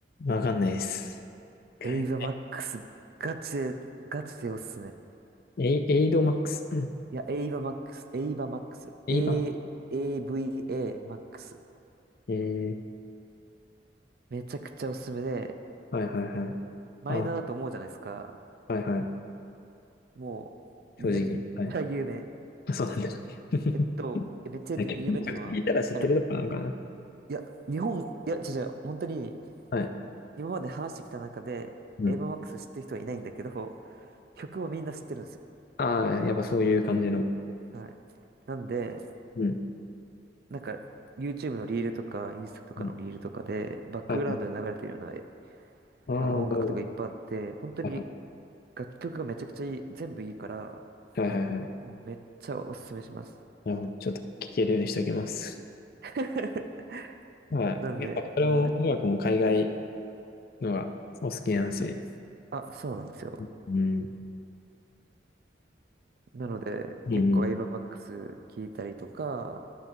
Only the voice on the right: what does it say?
エイバーマックス、
ガチで、ガチでおすすめ。
いや、エイバーマックス、エイバーマックス、
A、AVA マックス。
めちゃくちゃおすすめで、
マイナーだと思うじゃないですか。
もう、
めっちゃ有名。
えっと、めっちゃ有名ってのは、
あのいや、日本、いや、違う違う、本当に、
今まで話してきた中で、
エイバーマックス知ってる人はいないんだけど、曲はみんな知ってるんですよ。
はい。なんで、
なんか、YouTube のリールとか、インスタとかのリールとかで、
バックグラウンドで流れてるような、
え
あの、
音楽とかいっぱいあって、本当に
楽曲がめちゃくちゃいい、全部いいから、
もうめっちゃおすすめします。
<laughs>
なんで、
もう、
あ、そうなんですよ。
なので、
結構エイバーマックス聞いたりとか、